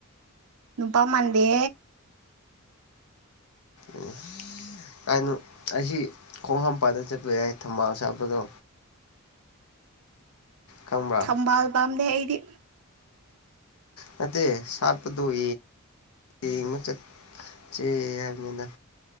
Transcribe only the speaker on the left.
ꯎ ꯍꯥꯏꯅ ꯑꯩꯁꯤ ꯈꯣꯡ ꯍꯥꯥꯝꯄꯥꯥꯟꯗ ꯆꯠꯄ ꯌꯥꯏ ꯊꯝꯕꯥꯜ ꯁꯥꯄꯗꯣ ꯈꯪꯕ꯭ꯔꯥ
ꯅꯠꯇꯦ ꯁꯥꯠꯄꯗꯣꯡ ꯌꯦꯡꯕ ꯆꯠꯦ ꯍꯥꯏꯕꯅꯤꯅ